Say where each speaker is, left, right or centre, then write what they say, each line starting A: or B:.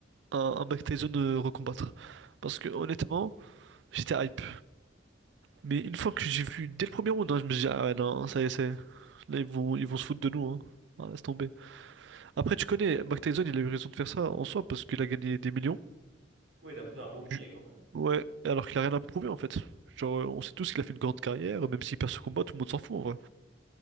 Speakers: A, on the right; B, on the right.
A: un, un Mike Tyson euh, recombattre. Parce que honnêtement, j'étais hype. Mais une fois que j'ai vu dès le premier round, hein, je me suis dit, ah ouais, non, ça y est, ça y est. Là, ils vont, ils vont se foutre de nous, hein. Ah, laisse tomber. Après, tu connais, Mike Tyson, il a eu raison de faire ça en soi parce qu'il a gagné des millions.
B: Ouais, il a pris un bon billet
A: Ju-
B: quand même.
A: Ouais, alors qu'il a rien à prouver en fait. Genre, euh, on sait tous qu'il a fait une grande carrière, même s'il perd ce combat, tout le monde s'en fout en vrai.